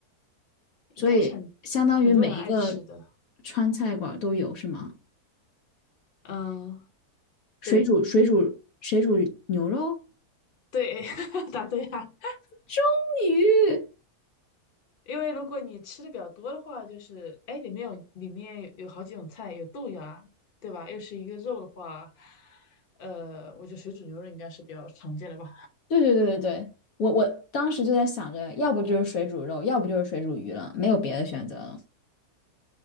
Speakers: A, on the left; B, on the left.
A: 应该是很很多人爱吃的。
B: 所以相当于每一个川菜馆儿都有，是吗？
A: 嗯，
B: 水煮水煮水煮牛肉。
A: 对，对，<laughs> 答对了。<laughs>
B: 终于，
A: 因为如果你吃的比较多的话，就是哎，里面有里面有有好几种菜，有豆芽啊，对吧？又是一个肉的话，呃，我觉得水煮牛肉应该是比较常见的吧。
B: 对对对对对，我我当时就在想着，要不就是水煮肉，要不就是水煮鱼了，没有别的选择了。